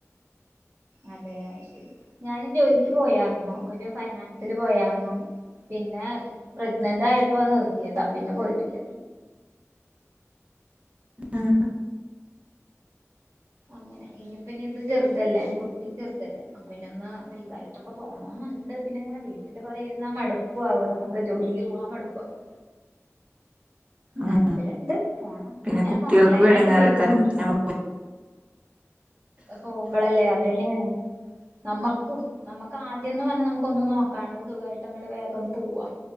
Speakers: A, on the right (about 85°); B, on the right (about 25°).
A: അതെ ശരി ഞാന് ജോലിക്ക് പോയാർന്നു ഒരു ഫൈനാൻസില് പോയാർന്നു പിന്നെ പ്രഗ്നന്റ് ആയപ്പോ നിർത്തിയതാ പിന്നെ പോയിട്ടില്ല
B: ആഹ്
A: അങ്ങനെ ഇനിയിപ്പ ഇനി ഇത് ചെറുതല്ലേ കുട്ടി ചെറുതല്ലേ അപ്പൊ ഇനി ഒന്ന് വലുതായിട്ടൊക്കെ പോകണം ആന്നുണ്ട് പിന്നെ ഇങ്ങനെ വീട്ടില് കുറെ ഇരുന്ന മടുപ്പ് ആവും നമുക്ക് ജോലിക്ക് പോവാൻ മടുപ്പാവും താല്പര്യംണ്ട്
B: ഉം
A: പോകണം
B: പിന്നെ
A: ഞാൻ ഇങ്ങനെ
B: കുട്ടികൾക്കും
A: ഓൺലൈനായിട്ട്
B: എടങ്ങേറേക്കാരം
A: വീട്ടിലിരുന്നു
B: ഞമ്മ
A: പോമ്പളല്ലേ അതന്നെയാണ് നമുക്കും നമുക്ക് ആദ്യംന്ന് പറഞ്ഞാൽ നമുക്ക് ഒന്നും നോക്കാണ്ട് സുഖമായിട്ട് അങ്ങടെ വേഗം പോവാ